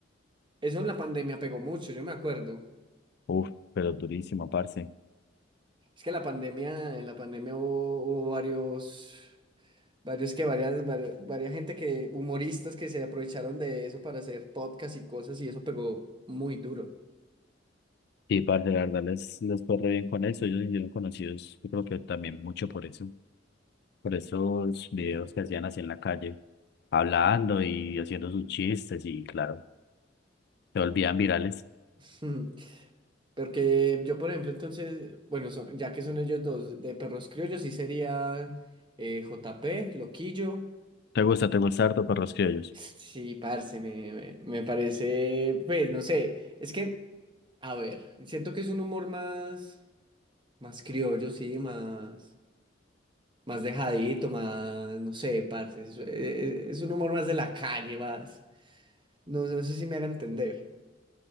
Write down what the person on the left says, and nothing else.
Uf, pero durísimo, parce.
Sí, parce, la verdad les, les fue re bien con eso. Ellos se hicieron conocidos, yo creo que también mucho por eso. Por esos videos que hacían así en la calle, hablando y haciendo sus chistes y claro, se volvían virales.
¿Te gusta, te gusta harto Perros Criollos?